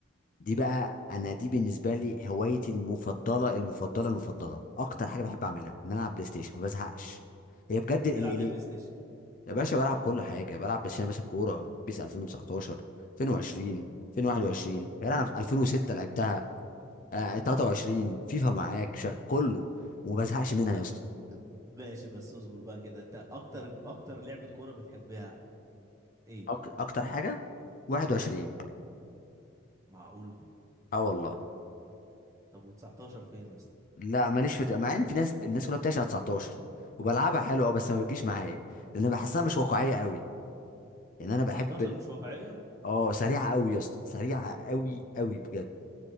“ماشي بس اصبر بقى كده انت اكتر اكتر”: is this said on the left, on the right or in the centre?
Right